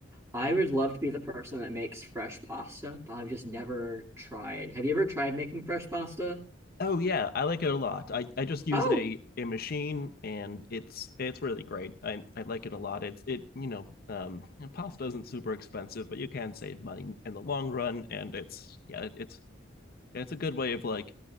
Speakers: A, on the right; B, on the left.
A: I would love to be the person that makes fresh pasta, but I've just never tried. Have you ever tried making fresh pasta?
B: Oh yeah, I like it a lot. I, I just use
A: Oh.
B: a, a machine and it's it's really great. I, I like it a lot. It's it you know um and pasta isn't super expensive, but you can save money in the long run and it's yeah it's it's a good way of like